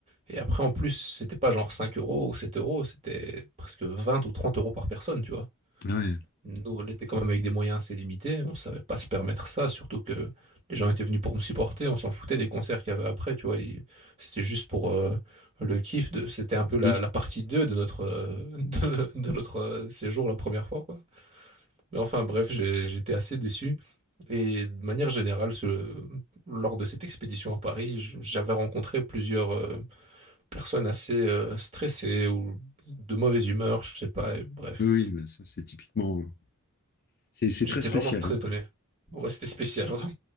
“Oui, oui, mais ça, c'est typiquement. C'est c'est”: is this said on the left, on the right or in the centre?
Left